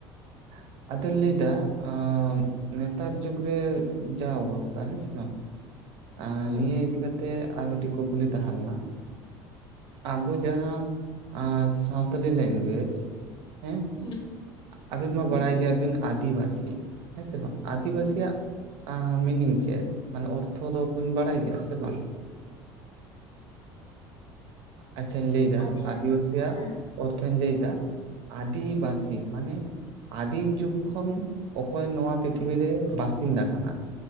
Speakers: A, on the right; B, on the left.
A: <unintelligible> ᱟᱫᱚ ᱞᱤᱧ ᱞᱟᱹᱭ ᱫᱟ ᱟᱻ ᱱᱮᱛᱟᱨ ᱡᱩᱜ ᱨᱮ ᱡᱟ ᱚᱵᱚᱥᱛᱷᱟ ᱦᱮᱸ ᱥᱮ ᱵᱟᱝ? ᱟᱨ
B: ᱦᱩᱸ
A: ᱱᱤᱭᱟᱹ ᱤᱫᱤ ᱠᱟᱛ ᱛᱮ ᱟᱨ ᱢᱤᱫᱴᱤᱡ ᱠᱩᱠᱞᱤ ᱛᱟᱦᱮᱸ ᱞᱮᱱᱟ ᱟᱵᱚ ᱡᱟᱦᱟᱸ ᱟ ᱥᱟᱶᱛᱟᱞᱤ ᱞᱮᱱᱜᱩᱭᱮᱡᱽ ᱦᱮᱸ
B: ᱦᱩᱸ
A: ᱟᱹᱵᱤᱱ ᱢᱟ
B: ᱦᱩᱸ
A: ᱵᱟᱲᱟᱭ ᱜᱮᱭᱟᱵᱤᱱ ᱟᱹᱫᱤᱵᱟᱹᱥᱤ ᱦᱮᱸ ᱥᱮ ᱵᱟᱝ? ᱟᱹᱫᱤᱵᱟᱹᱥᱤᱭᱟᱜ
B: ᱦᱩᱸ
A: ᱟ ᱢᱤᱱᱤᱝ ᱪᱮᱫ ᱢᱟᱱᱮ ᱚᱨᱛᱷᱚ ᱫᱚᱵᱚᱱ ᱵᱟᱲᱟᱭ ᱜᱮᱭᱟ ᱥᱮ ᱵᱟᱝ? ᱟᱪᱪᱷᱟᱧ ᱞᱟᱹᱭᱫᱟ
B: ᱟᱹᱫᱤᱵᱟᱹᱥᱤ
A: ᱟᱹᱫᱤᱵᱟᱹᱥᱤᱭᱟᱜ
B: ᱦᱮᱸ
A: ᱚᱨᱛᱷᱚᱧ ᱞᱟᱹᱭᱫᱟ ᱟᱹᱫᱤᱵᱟᱹᱥᱤ
B: ᱦᱩᱸ
A: ᱢᱟᱱᱮ ᱟᱹᱫᱤᱢ ᱡᱩᱜᱽ ᱠᱷᱚᱱ ᱚᱠᱚᱭ ᱱᱚᱣᱟ ᱯᱨᱤᱛᱷᱤᱵᱤᱨ
B: ᱦᱩᱸ
A: ᱨᱮ ᱵᱟᱥᱤᱱᱫᱟ ᱠᱟᱱᱟ᱾